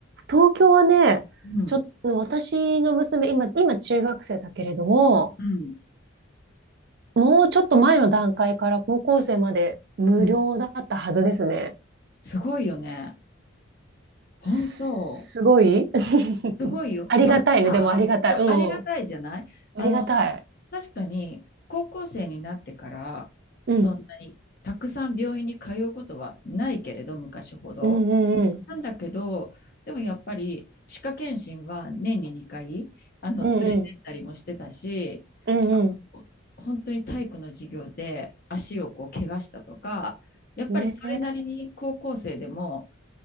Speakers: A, on the right; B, on the left.
A: 東京はね、
B: う。うん。
A: ちょっと、私の娘、今、今中学生だけれども、
B: うん。
A: もうちょっと前の段階から高校生まで無料だったはずですね。
B: うん。すごいよね。本当、
A: すすごい <laughs>
B: すごいよ。
A: ありがたいね。
B: あのさ、
A: でもありがたい。うん。
B: ありがたいじゃないあの、
A: ありがたい。
B: 確かに高校生になってからそんなにたくさん病院に通うことはないけれど、
A: うん。
B: 昔ほど。
A: うんうんうん。
B: なんだけど、でもやっぱり歯科検診は年に2回あの連れてったりもしてたし、
A: うんうん。うんう
B: あの本当に体育の授業で足をこう怪我したとか、やっぱりそれなりに高校生でも
A: ん。ねえ。